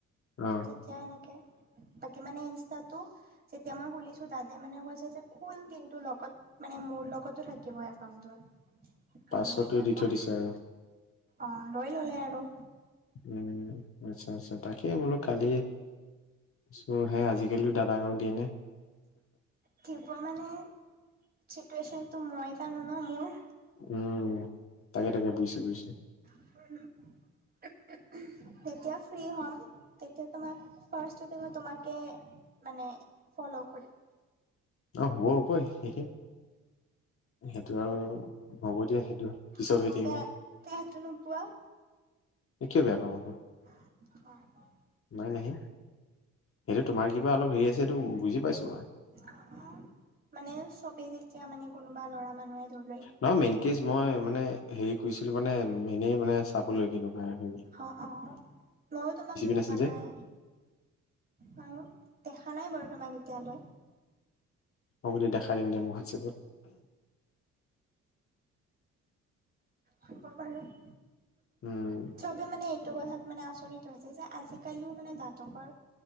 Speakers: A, on the left; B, on the right.
A: অ',
B: তেতিয়া এনেকে বাকী মানে ইনষ্টাতো যেতিয়া মই খোলিছো দাদাই মানে কৈছে যে খোল কিন্তু লগত মানে মোৰ লগত ত, থাকিব একাউণ্টটো
A: পাছৱৰ্ডটো
B: কাৰণে হেনেকুৱা
A: দি থৈ দিছে আৰু
B: অ, লৈললে আৰু।
A: উম, আচ্ছা-আচ্ছা তাকেই বুলো কালি সেই আজিকালিও দাদাগক দিয়ে নে।
B: থিব মানে চিটুৱেশ্যনটো মই জানো ন মোৰ।
A: উম, তাকে তাকে বুজিছো-বুজিছো।
B: উম, <unintelligible> যেতিয়া ফ্ৰী হ'ম তেতিয়া তোমাক ফাৰ্চততে মই তোমাকে মানে ফ'ল কৰিম।
A: হব হব সে সেখিনি সেইটো আৰু হ'ব দিয়া সেইটো পিছত
B: হ'ব
A: হৈ থাকিব।
B: বেয়া বেয়াটো নোপোৱা
A: এ কিয় বেয়া পাম আকৌ।
B: অ',
A: নাই নাহে সেইটো তোমাৰ কিবা অলপ হেৰি আছে সেইটো বুজি পাইছো মই।
B: অ', অ', মানে চবেই যেতিয়া মানে কোনোবা লৰা মানুহে ধৰ
A: নহয় মেইন কেজ মই মানে হেৰি কৰিছিলো মানে এনেই মানে চাবলৈ কিন্তু মই
B: হ, অ, ময়ো তোমাক দেখা
A: নাছিল যে
B: নাই অ, দেখা নাই দেখা নাই বাৰু তোমাক এতিয়ালৈ।
A: অ, বোলো দেখাই দিম এতিয়া মোক হোৱাটচেপত।
B: হব বাৰু ও'ম
A: উম
B: চবে মানে এইটো কথাত মানে আচৰিত হৈছে যে আজিকালিও মানে জাতকৰ